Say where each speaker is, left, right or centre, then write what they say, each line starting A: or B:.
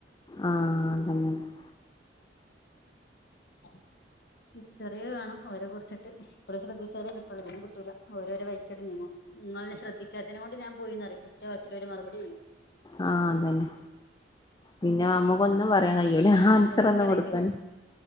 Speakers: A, on the left; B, on the left.
A: ആ അതന്നെ തന്നെ
B: <unintelligible> തിരിച്ചറിയേ വേണം ഓരെ കുറിച്ചിട്ട് ഇപ്പഴേ ശ്രദ്ധിച്ചാലേ കിട്ടുള്ളൂ പിന്നെ കിട്ടൂല ഓരോരെ വൈക്കട് നീങ്ങും നിങ്ങള് ന്നെ ശ്രദ്ധിക്കാത്തെനെ കൊണ്ട് ഞാൻ പോയി ന്ന് റിയും ഒറ്റവാക്കിലൊരു മറുപടി കയ്യും
A: ആ അതന്നെ പിന്നെ അമ്മുക്കൊന്നും പറയാൻ കഴി ല ഹാൻസർ
B: ഒന്നും
A: ന്ന്
B: പറയാൻ
A: കൊടുക്കാന്
B: കഴിയില്ല